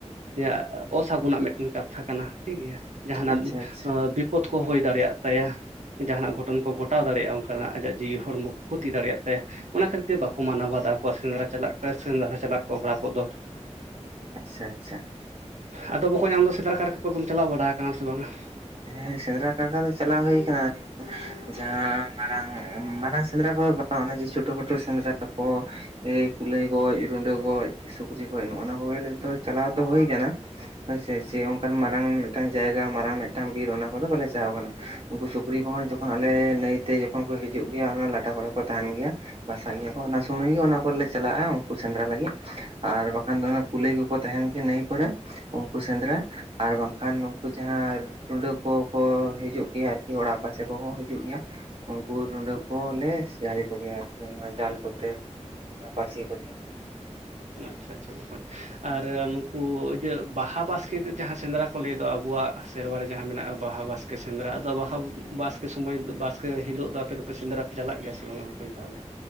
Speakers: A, on the right; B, on the right.
A: ᱨᱮᱭᱟᱜ ᱚᱥᱟᱹᱜᱩᱱ ᱱᱟᱜ ᱢᱤᱫᱴᱮᱱ ᱠᱟᱛᱷᱟ ᱠᱟᱱᱟ ᱴᱷᱤᱠ ᱜᱮᱭᱟ᱾ ᱡᱟᱦᱟᱱᱟᱜ
B: ᱟᱪᱪᱷᱟ ᱟᱪᱪᱷᱟ
A: ᱵᱤᱯᱚᱫ ᱠᱚ ᱦᱩᱭ ᱫᱟᱲᱮᱭᱟᱜ ᱛᱟᱭᱟ, ᱡᱟᱦᱱᱟᱜ ᱜᱷᱚᱴᱚᱱ ᱠᱚ ᱜᱷᱚᱴ ᱴᱟᱣ ᱫᱟᱲᱮᱭᱟᱜᱼᱟ ᱚᱱᱠᱟᱱᱟᱜ ᱟᱡᱟᱜ ᱡᱤᱣᱤ ᱦᱚᱲᱢᱚ ᱠᱚ ᱠᱷᱚᱛᱤ ᱫᱟᱲᱮᱭᱟᱜ ᱛᱟᱭᱟ᱾ ᱚᱱᱟ ᱠᱷᱟᱹᱛᱤᱨ ᱛᱮ ᱵᱟᱠᱚ ᱢᱟᱱᱟᱣ ᱵᱟᱫᱟ ᱠᱚᱣᱟ ᱥᱮᱸᱫᱽᱨᱟ ᱪᱟᱞᱟᱜ, ᱥᱮᱸᱫᱽᱟ ᱪᱟᱞᱟᱜ ᱠᱚ ᱠᱚᱲᱟ ᱠᱚᱫᱚ᱾
B: ᱟᱪᱪᱷᱟ ᱟᱪᱪᱷᱟ᱾
A: ᱟᱫᱚ ᱵᱚᱠᱚᱧ ᱟᱢ ᱫᱚ ᱥᱮᱸᱫᱨᱟ ᱠᱟᱨᱠᱟ ᱠᱚᱫᱚᱢ ᱪᱟᱞᱟᱣ ᱵᱟᱲᱟ ᱟᱠᱟᱱᱟ ᱥᱮ ᱵᱟᱝ-ᱟ?
B: ᱦᱮᱸ ᱥᱮᱸᱫᱽᱨᱟ ᱠᱟᱨᱠᱟ ᱫᱚ ᱪᱟᱞᱟᱣ ᱦᱩᱭ ᱠᱟᱱᱟ ᱾ ᱡᱟᱦᱟᱸ ᱢᱟᱨᱟᱝ ᱢᱟᱨᱟᱝ ᱥᱮᱸᱫᱽᱨᱟ ᱠᱚᱫᱚ ᱵᱟᱝ ᱚᱱᱮ ᱡᱮ ᱪᱷᱳᱴᱳ ᱠᱷᱟᱴᱳ ᱥᱮᱸᱫᱽᱨᱟ ᱠᱚ, ᱠᱩᱞᱟᱹᱭ ᱜᱚᱡ, ᱨᱩᱰᱟᱹ ᱜᱚᱡ, ᱥᱩᱠᱨᱤ ᱜᱚᱡ ᱱᱚᱜᱼᱟ ᱠᱚᱜᱮ ᱱᱤᱛ ᱫᱚ ᱪᱟᱞᱟᱣ ᱫᱚ ᱦᱩᱭ ᱠᱟᱱᱟ᱾ ᱦᱳᱭ ᱥᱮ ᱡᱮ ᱚᱱᱠᱟᱱ ᱢᱟᱨᱟᱝ ᱢᱤᱫᱴᱟᱝ ᱡᱟᱭᱜᱟ ᱢᱟᱨᱟᱝ ᱢᱤᱫᱟᱝ ᱢᱤᱫᱴᱟᱝ ᱵᱤᱨ ᱚᱱᱟ ᱠᱚᱫᱚ ᱵᱟᱞᱮ ᱪᱟᱣ ᱟᱠᱟᱱᱟ, ᱩᱱᱠᱩ ᱥᱩᱠᱨᱤ ᱠᱚᱦᱚᱸ ᱡᱚᱠᱷᱚᱱ ᱟᱞᱮ ᱱᱟᱹᱭ ᱛᱮ ᱡᱚᱠᱷᱚᱱ ᱠᱚ ᱦᱤᱡᱩᱜ ᱜᱮᱭᱟ, ᱚᱱᱟ ᱞᱟᱴᱟ ᱠᱚᱨᱮ ᱠᱚ ᱛᱟᱦᱮᱱ ᱜᱮᱭᱟ, ᱵᱟᱥᱟᱜ ᱜᱮᱭᱟ ᱠᱚ ᱚᱱᱟ ᱥᱩᱢᱚᱭ ᱜᱮ ᱚᱱᱟ ᱠᱚᱨᱮ ᱪᱟᱞᱟᱜᱼᱟ ᱩᱱᱠᱩ ᱥᱮᱸᱫᱽᱨᱟ ᱞᱟᱹᱜᱤᱫ ᱟᱨ ᱵᱟᱠᱷᱟᱱ ᱫᱚ ᱠᱩᱞᱟᱹᱭ ᱠᱚᱠᱚ ᱛᱟᱦᱮᱱ ᱜᱮᱭᱟ ᱱᱟᱹᱭ ᱠᱚᱨᱮ ᱩᱱᱠᱩ ᱥᱮᱸᱫᱽᱨᱟ ᱟᱨ ᱵᱟᱝᱠᱷᱟᱱ ᱱᱩᱠᱩ ᱡᱟᱦᱟᱭ ᱨᱩᱰᱟᱹ ᱠᱚᱠᱚ ᱦᱤᱡᱩᱜ ᱜᱮᱭᱟ ᱟᱨᱠᱤ ᱚᱲᱟᱜ ᱯᱟᱥᱮ ᱠᱚᱦᱚᱸ ᱦᱤᱡᱩᱜ ᱜᱮᱭᱟ ᱩᱱᱠᱩ ᱨᱩᱰᱟᱹ ᱠᱚᱞᱮ ᱡᱷᱟᱞᱤ ᱠᱚ ᱜᱮᱭᱟ ᱟᱨᱠᱤ ᱡᱟᱞ ᱠᱚᱛᱮ ᱯᱟᱥᱤ ᱠᱚᱛᱮ᱾
A: ᱟᱪᱪᱷᱟ ᱟᱪᱪᱷᱟ ᱵᱚᱠᱚᱧ ᱟᱨ ᱱᱩᱠᱩ ᱤᱭᱟᱹ ᱵᱟᱦᱟ ᱵᱟᱥᱠᱮ ᱡᱟᱦᱟᱸ ᱥᱮᱸᱫᱽᱨᱟ ᱠᱚ ᱞᱟᱹᱭ ᱫᱚ ᱟᱵᱚᱣᱟᱜ ᱥᱮᱨᱣᱟ ᱨᱮ ᱡᱟᱦᱟᱸ ᱢᱮᱱᱟᱜᱼᱟ, ᱵᱟᱦᱟ ᱵᱟᱥᱠᱮ ᱥᱮᱸᱫᱽᱨᱟ ᱟᱫᱚ ᱵᱟᱦᱟ ᱵᱟᱥᱠᱮ ᱥᱚᱢᱚᱭ, ᱵᱟᱥᱠᱮ ᱦᱤᱞᱳᱜ ᱫᱚ ᱟᱯᱮ ᱫᱚᱯᱮ ᱥᱮᱫᱽᱨᱟ ᱯᱮ ᱪᱟᱞᱟᱜ ᱜᱮᱭᱟ ᱥᱮ ᱵᱟᱝ ᱵᱚᱠᱚᱧ ᱛᱟᱦᱞᱮ?